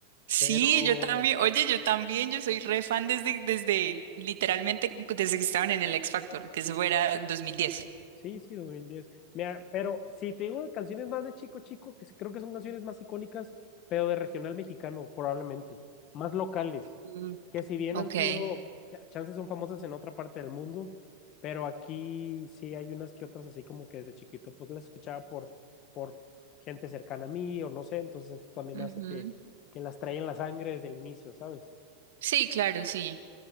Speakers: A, on the right; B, on the left.
A: Sí,
B: Pero
A: yo también. Oye, yo también, yo soy re fan desde, desde, literalmente, desde que estaban en el X Factor, que eso fuera 2010.
B: Sí, sí, 2010. Mira, pero si te digo canciones más de Chico Chico, que s- creo que son canciones más icónicas, pero de regional mexicano, probablemente, más locales,
A: Mm,
B: que si bien
A: ok.
B: han sido, ya, chances son famosas en otra parte del mundo, pero aquí sí hay unas que otras así como que desde chiquito, pues las escuchaba por, por gente cercana a mí o no sé, entonces eso también
A: Ujú.
B: hace que, que las trae en la sangre desde el inicio, ¿sabes?
A: Sí, claro, sí.